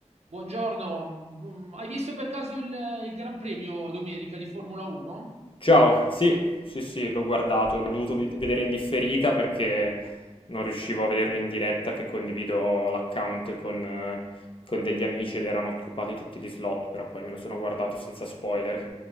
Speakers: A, on the right; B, on the left.
A: Buongiorno, mm, hai visto per caso il, il Gran Premio domenica di Formula 1?
B: Ciao, sì, sì, sì, l'ho guardato, l'ho dovuto ved- vedere in differita perché non riuscivo a vederlo in diretta, che condivido l'account con, eh, con degli amici ed erano occupati tutti gli slot, però poi me lo sono guardato senza spoiler.